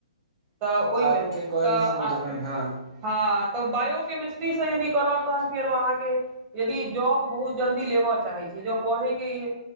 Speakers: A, on the right; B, on the right.
A: तऽ ओहिमे
B: आर के कॉलेज
A: तऽ
B: मधुबनी
A: अ
B: हँ
A: हँ तऽ बायो केमस्ट्री से यदि करब तहन फेर अहाँकेँ यदि जॉब बहुत जल्दी लेबऽ चाहै छी जब पढ़ै केँ ई